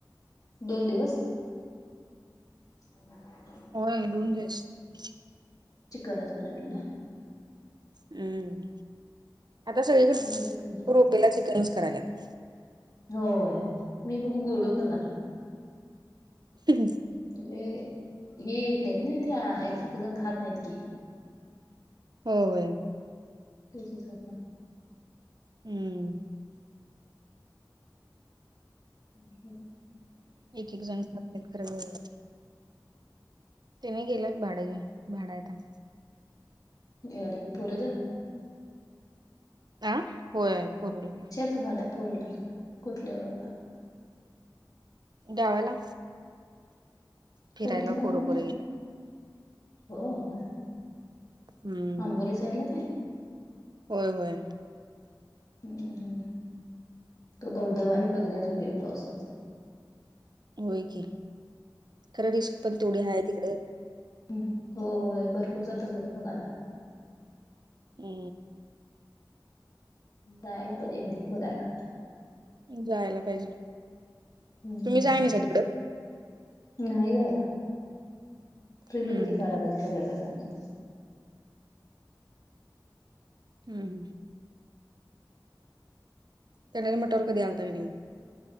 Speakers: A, on the left; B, on the right.
A: दोन दिवस ह
B: होय दोन दिवस.
A: चिकनच बनवलेलं.
B: हम्म, आता सगळीकडं
A: बरं की
B: रोपेला चिकनच करायल्यात.
A: होय, मी बघू गोडं करणार.
B: ह
A: म्हणजे, हे येत नाहीत ना त्या, एक एक जण खात नाहीत की.
B: होय होय.
A: तेच सवपना <unintelligible>
B: हम्म.
A: हम्म हम्म.
B: एक एक जण सत करा <unintelligible> तनी गेलेत भाडं घेऊन, भाडय आता
A: एअरिंग पुरे दादा
B: हा होय पूर्वेला
A: तुम्हाला फोरविलरच कुठल्या गावला
B: गावाला फिरायला
A: कोणत गाव
B: पोरं
A: म्हटल
B: पोरं गेल्यात.
A: हो हो
B: हम्म
A: अंबोली साईड ला काय
B: होय होय
A: हू हू तो धबधबा आणि बघण्याजोगे आहे पावसाचा
B: होय की खरं रिस्क पण तेवढी हाय तिकड
A: हू हो होय भरपूर जातात बघायला
B: हू
A: जायला पाहिजे एकदी बघायला
B: जायला पाहिजे
A: हम्म
B: तुम्ही जायय नाहीसा तिकड
A: नाही जायला ट्रीप
B: हम्म
A: एकदी काढाय पाहिजे सगळ्या बाईकांची
B: हू हू कणेरी मठावर कधी आलता काय नाही